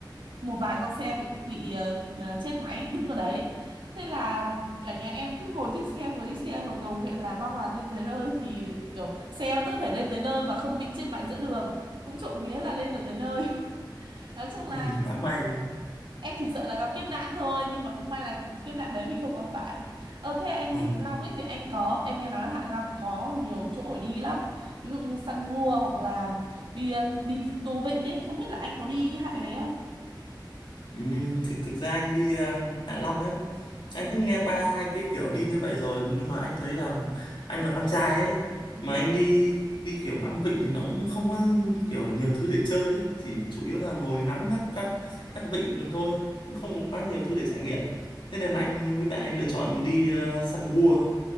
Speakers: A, on the right; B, on the left.
A: một vài con xe bị bị ờ, ờ, chết máy đứng ở đấy thế là cả nhà em cứ ngồi trên xe vừa đi xe vừa cầu nguyện là mong là lên tới nơi thì kiểu xe vẫn có thể lên tới nơi mà không bị chết máy giữa đường cũng trộm vía là lên được tới nơi <laughs> nói chung là
B: <laughs> quá may
A: em chỉ sợ là gặp kiếp nạn thôi nhưng mà cũng may là kiếp nạn đấy mình không gặp phải ờ thế anh
B: <laughs>
A: đi Hạ Long ấy thì anh có em nghe nói là Hạ Long có nhiều chỗ để đi lắm ví dụ như săn gua hoặc là đi đi Tô Vịnh ấy không biết là anh có đi hai cái đấy không
B: Ừm, thì thực ra anh đi ờ, Hạ Long ấy anh cũng nghe qua hai cái kiểu đi như vậy rồi nhưng mà anh thấy là anh là con trai ấy
A: ừ.
B: mà anh đi đi kiểu ngắm vịnh thì nó cũng không có kiểu nhiều thứ để chơi ấy thì chủ
A: ừ.
B: yếu là ngồi ngắm các các các vịnh thôi cũng không có quá nhiều thứ để trải nghiệm thế nên là anh với bạn anh lựa chọn đi ờ, săn gua